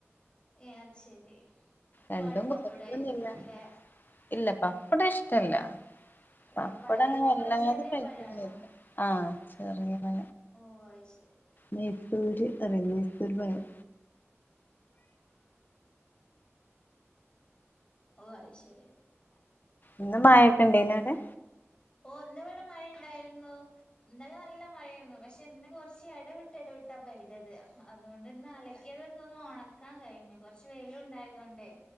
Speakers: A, on the left; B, on the left.
A: ഏ അത് ശരി
B: രണ്ടും
A: പഴം പപ്പടം
B: കൊഴപ്പൊന്നുല്ല
A: ആയിട്ടിരിക്കുമല്ലേ
B: ഇല്ല പപ്പടം ഇഷ്ടമല്ല
A: അല്ല
B: പപ്പടം
A: പഴം
B: അങ്ങനെ
A: നമ്മളെ
B: വല്ലാതെ
A: ചെറിയ
B: കഴിക്കുന്നില്ല.
A: പഴാണോ
B: ആഹ് ചെറിയത്
A: ഓ അത് ശരി
B: മെയ്സൂര് എറിയ മെയസൂര് പഴം റയാം
A: ഓഹ് അയ്ശരി
B: ഇന്ന് മഴയൊക്കെ ഉണ്ട ഇന്ന് അവിടെ
A: ഓ ഇ ന്ന് ഇവിടെ മഴ ഉണ്ടായിരുന്നു. ഇന്നലെ നല്ല മഴേന്നു പക്ഷെ ഇന്ന് കൊർച്ച് എടവിട്ട എടവിട്ടാ പെയ്തത് അതുകൊണ്ട് ഇന്ന് അലക്കിയത് ഒന്ന് ഒണക്കാൻ കയ്ഞ്ഞു കൊർച്ച് വെയിലും ഇണ്ടായതോണ്ടേ